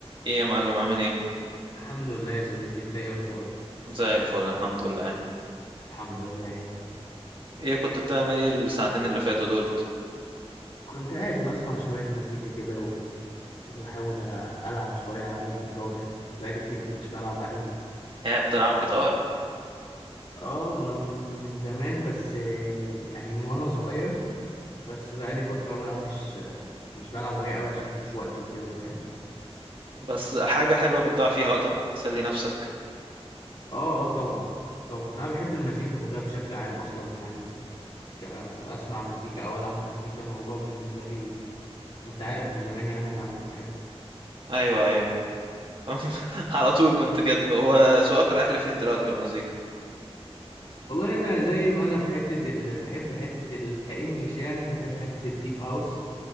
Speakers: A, on the right; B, on the left.
A: ايه يا معلم عامل ايه
B: الحمد لله يا صديقي انت ايه اخبارك
A: زي الفل الحمد لله
B: الحمد لله
A: ايه كنت بتعمل ايه الساعتين اللي فاتوا دولت
B: كنت قاعد بسمع شوية مزيكا كده و... وبحاول أ- ألعب شوية على الجيتار بقالي كتير ما كنتش بلعب عليه
A: هي بتلعب جيتار
B: اه من من زمان بس آه، يعني من وانا صغير بس بقالي فترة بقى مش مش بلعب عليه قوي عشان مفيش وقت وكده فاهم
A: بس حاجة حلوة بتضيع فيها وقتك تسلي نفسك
B: اه اه طبعا طبعا انا بحب المزيكا كلها بشكل عام اصلا يعني كأسمع مزيكا او العب مزيكا الموضوع بالنسبة لي انت عارف من زمان يعني انا بحب
A: ايوه ايوه <laughs> على طول كنت كده هو ذوقك رايح لفين دلوقتي في المزيكا
B: والله انا زي ما انا في حته ال... بحب حته ال... كانجلش يعني بحب حته الديب هاوس